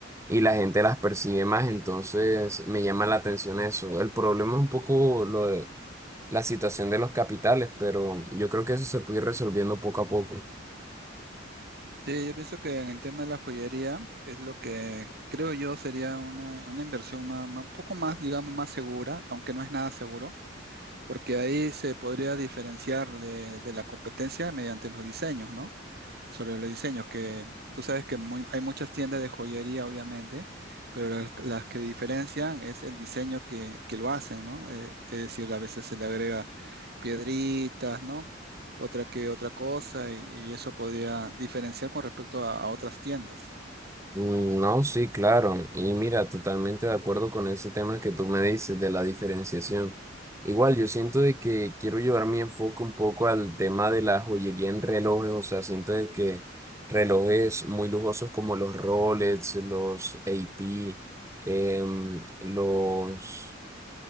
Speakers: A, on the right (about 15°); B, on the right (about 55°).
A: y la gente las percibe más, entonces me llama la atención eso. El problema es un poco lo de la situación de los capitales, pero yo creo que eso se puede ir resolviendo poco a poco.
B: Sí, yo pienso que en el tema de la joyería es lo que creo yo sería una, una inversión más, más- un poco más, digamos, más segura, aunque no es nada seguro Porque ahí se podría diferenciar de, de la competencia mediante los diseños, ¿no? Sobre los diseños, que tú sabes que muy- hay muchas tiendas de joyería, obviamente, pero las las que diferencian es el diseño que, que lo hacen, ¿no? Eh, es decir, a veces se le agrega piedritas, ¿no? Otra que otra cosa, y, y eso podría diferenciar con respecto a, a otras tiendas.
A: Mm, No, sí, claro. Y mira, totalmente de acuerdo con ese tema que tú me dices de la diferenciación. Igual, yo siento de que quiero llevar mi enfoque un poco al tema de la joyería en relojes. O sea, siento de que relojes muy lujosos como los Rolex, los AP, em, los,